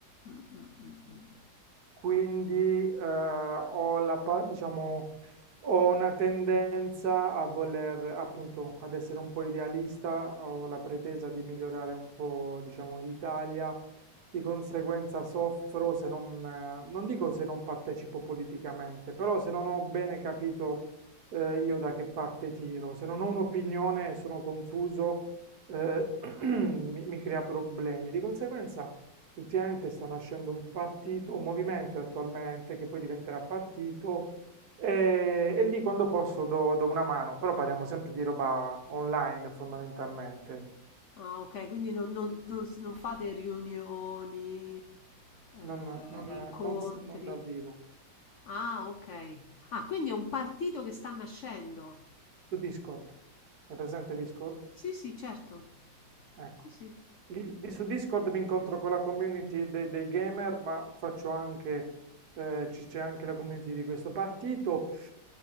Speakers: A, on the left; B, on the right.
A: Mm, mm, mm, mm.
B: quindi eh, ho la, pa- diciamo, ho una tendenza a voler, appunto, ad essere un po' idealista, ho la pretesa di migliorare un po', diciamo, l'Italia, di conseguenza soffro se non, eh, non dico se non partecipo politicamente, però se non ho bene capito eh, io da che parte tiro, se non ho un'opinione e sono confuso, eh, <clears throat> mi mi crea problemi. Di conseguenza... Ultimamente sta nascendo un partito, un movimento attualmente che poi diventerà partito e, e lì quando posso do, do una mano, però parliamo sempre di roba online fondamentalmente,
A: Ah, ok, quindi non, non- non s- non fate riunioni, eh,
B: non, non,
A: incontri.
B: non s- non dal vivo.
A: Ah, ok. Ah, quindi è un partito che sta nascendo.
B: Su Discord, è presente Discord?
A: Sì, sì, certo.
B: Ecco.
A: Sì, sì.
B: Lì- lì su Discord mi incontro con la community dei, dei gamer, ma faccio anche, eh, ci- c'è anche la community di questo partito.